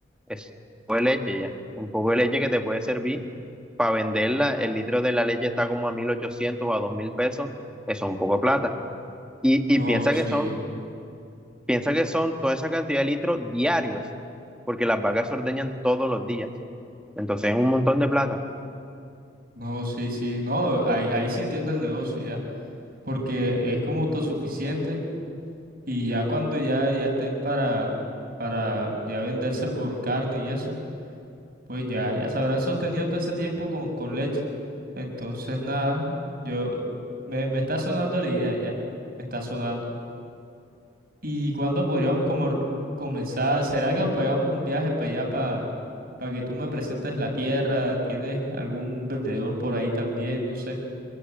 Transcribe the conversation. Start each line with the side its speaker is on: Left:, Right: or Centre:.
Centre: es un poco de leche ya. Un poco de leche que te puede servir para venderla. El litro de la leche está como a 1.800 o a 2.000 pesos. Eso es un poco de plata. Y, y
Right: No,
Centre: piensa
Right: sí.
Centre: que son, piensa que son toda esa cantidad de litros diarios, porque las vacas se ordeñan todos los días. Entonces es un montón de plata.
Right: No, sí, sí, no, ahí, ahí sí entiendo el negocio ya, porque es como autosuficiente y ya cuando ya, ya estén para, para ya venderse por carne y eso, pues ya, ya se habrán sostenido todo ese tiempo con, con leche. Entonces, nada, yo, me, me está sonando la idea ya, me está sonando. ¿Y cuándo podríamos como r- comenzar? ¿Será que nos pegamos un viaje para allá, para, para que tú me presentes la tierra? ¿Tienes algún vendedor por ahí también? No sé.